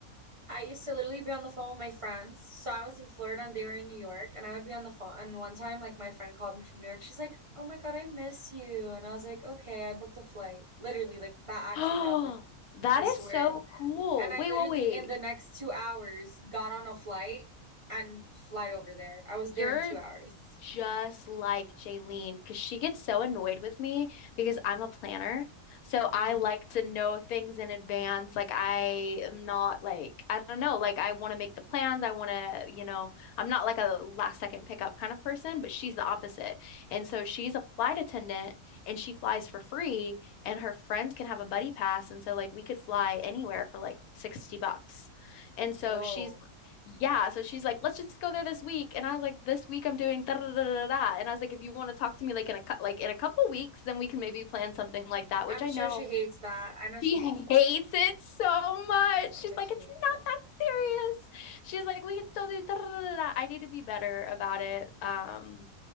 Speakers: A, on the right; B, on the left.
A: I used to literally be on the phone with my friends. So I was in Florida and they were in New York, and I would be on the phone. And one time, like, my friend called me from New York. She's like, Oh my God, I miss you. And I was like, Okay, I booked a flight. Literally, like, that actually
B: Oh,
A: happened.
B: that
A: I swear.
B: is so cool.
A: And I
B: Wait,
A: literally,
B: wait, wait.
A: in the next two hours, got on a flight and flight over there. I was
B: Your
A: there in two hours.
B: just like Jaylene because she gets so annoyed with me because I'm a planner. So
A: hmm
B: I like to know things in advance. Like I am not like I don't know, like I want to make the plans. I want to, you know, I'm not like a last second pickup kind of person, but she's the opposite. And so she's a flight attendant and she flies for free and her friends can have a buddy pass and so like we could fly anywhere for like 60 bucks. And so
A: Whoa.
B: she's yeah, so she's like, let's just go there this week. And I was like, this week I'm doing da da da da da. And I was like, if you want to talk to me like in a cou- like in a couple weeks, then we can maybe plan something like that, which
A: I'm
B: I
A: sure
B: know
A: she hates that. I know
B: she
A: she hates that.
B: hates it so much.
A: I
B: She's
A: know
B: like,
A: she
B: it's
A: hates
B: not
A: that.
B: that serious. She's like, we can still do da da da da. da." I need to be better about it. Um,